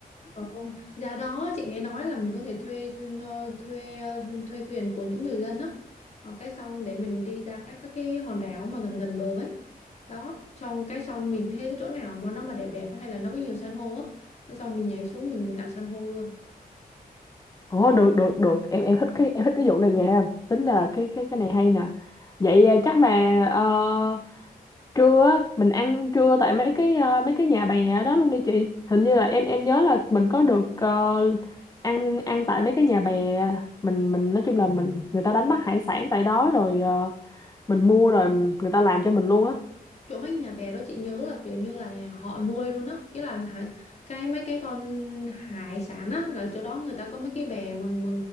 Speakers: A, on the left; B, on the left.
A: Ờ, không. giá đó chị nghe nói là mình có thể thuê thuê thuê, thuê, thuê thuyền của những người dân á Ờ, cái xong để mình đi ra các các cái hòn đảo mà gần gần bờ ấy đó xong cái xong mình thấy cái chỗ nào mà nó mà đẹp đẹp hay là nó có nhiều san hô á cái xong mình nhảy xuống mình mình lặn san hô luôn
B: Ồ được được được em em thích cái em thích cái vụ này nha tính là cái cái cái này hay nè vậy ờ, chắc là ờ, trưa á, mình ăn trưa tại mấy cái ờ, mấy cái nhà bè đó luôn đi chị hình như là em em nhớ là mình có được ờ, ăn ăn tại mấy cái nhà bè mình mình nói chung là mình người ta đánh bắt hải sản tại đó rồi ờ, mình mua rồi người ta làm cho mình luôn á
A: chỗ mấy nhà bè đó chị nhớ là kiểu như là họ nuôi luôn á ý là hải- cái mấy cái con hải sản á là chỗ đó người ta có mấy cái bè mà, mà